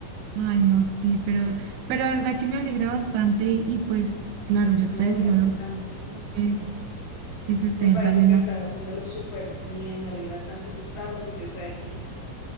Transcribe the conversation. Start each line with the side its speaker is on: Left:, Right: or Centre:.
Right: Ay, no, sí, pero, pero la verdad que me alegra bastante y pues, claro, yo
Left: No,
Right: te deseo
Left: y a mí
Right: lo
Left: también.
Right: eh, que se te
Left: Me parece
Right: den también
Left: que
Right: las
Left: estás haciéndolo súper bien, me alegra tanto, soy tan orgullosa de ti.